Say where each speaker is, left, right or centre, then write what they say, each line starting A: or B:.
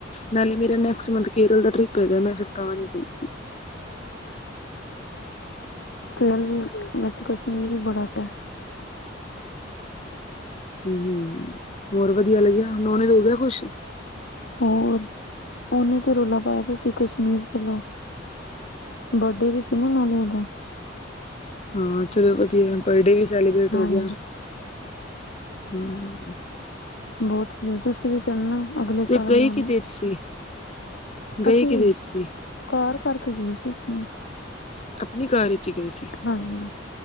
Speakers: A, on the left; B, on the left.
A: ਨਾਲੇ ਮੇਰਾ ਨੈਕਸਟ ਮੰਥ ਕੇਰਲ ਦਾ ਟ੍ਰਿਪ ਹੈਗੈ ਮੈਂ ਫਿਰ ਤਾਂ ਨੀ ਗਈ ਸੀ।
B: ਕੇਰਲ ਵੀ ਵੈਸੇ ਕਸ਼ਮੀਰ ਵੀ ਬੜਾ ਤੈ
A: ਹੂੰ, ਹੋਰ ਵਧੀਆ ਲੱਗਿਆ? ਨੋਣੇ ਦ ਹੋ ਗਿਆ ਖੁਸ਼
B: ਹੋਰ, ਓਨੇਂ ਤੇ ਰੌਲਾ ਪਾਇਐ, ਤੁਸੀਂ ਕਸ਼ਮੀਰ ਚੱਲੋ। ਬਰਦੇ ਵੀ ਸੀ ਨਾ ਨਾਲੇ ਓਦਾ।
A: ਹਾਂ, ਚਲੋ ਵਧੀਐ। ਬਰਡੇ ਵੀ ਸੈਲੀਬ੍ਰਟ
B: ਹਾਂਜੀ
A: ਹੋ ਗਿਆ, ਹੂੰ।
B: ਬੋਤ ਵਧੀਆ, ਤੁਸੀ ਵੀ ਚੱਲਨੈ ਅਗਲੇ ਸਾਲ
A: ਤੇ
B: ਓਨਾਂ
A: ਗਏ
B: ਨੇ।
A: ਕਿਦੇ ਚ ਸੀ ਗਏ
B: ਅਸੀ
A: ਕਿਦੇ
B: ਵੀ
A: ਚ ਸੀ
B: ਕਾਰ ਕਰਕੇ ਗਏ ਸੀ, ਆਪਨੀ।
A: ਆਪਨੀ ਕਾਰ ਇੱਚ ਈ ਗਏ ਸੀ।
B: ਹਾਂਜੀ,